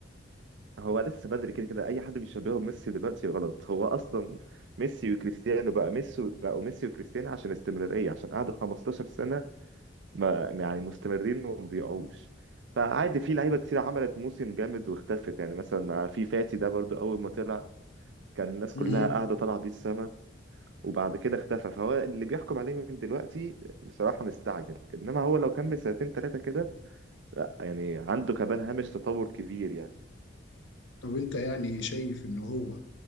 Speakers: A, on the right; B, on the left.
A: هو لسه بدري كده كده اي حد بيشبهه بميسي دلوقتي غلط هو اصلا ميسي وكريستيانو بقى ميسي بقوا ميسي وكريستيانو عشان استمرارية عشان قعدوا 15 سنة ما يعني مستمرين وما بيقعوش فعادي في لعيبه كتير عملت موسم جامد واختفت يعني مثلا في فاتي ده برضو اول ما طلع كان الناس كلها
B: مهم.
A: قاعده طالعه بيه السما وبعد كده اختفى فهو اللي بيحكم عليه من دلوقتي بصراحه مستعجل انما هو لو كمل سنتين ثلاثه كده لا يعني عنده كمان هامش تطور كبير يعني
B: طب انت يعني شايف ان هو